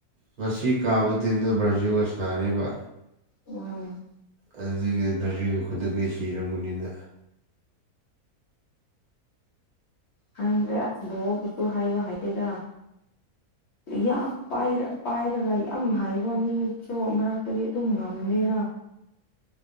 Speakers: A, on the right (about 65°); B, on the left (about 60°).
A: ꯉꯁꯤ ꯀꯥꯕ ꯇꯤꯝꯗꯣ ꯕ꯭ꯔꯥꯖꯤꯜꯒ ꯁꯅꯥꯅꯤꯕ
B: ꯎꯝ
A: ꯑꯗꯨꯗꯒꯤ ꯕ꯭ꯔꯖꯤꯜ ꯈꯨꯗꯗꯤ ꯁꯤꯔꯝꯒꯅꯤꯗ
B: ꯈꯪꯗꯦ ꯑꯁ ꯕꯣꯕꯨꯁꯨ ꯍꯥꯏꯕ ꯍꯩꯗꯦꯗ ꯌꯥꯝ ꯄꯥꯏꯔ ꯄꯥꯏꯔꯒ ꯌꯥꯝ ꯍꯥꯏꯕ ꯃꯤꯁꯨ ꯃꯔꯥꯛꯇꯒꯤ ꯑꯗꯨꯝ ꯉꯝꯗꯦꯅ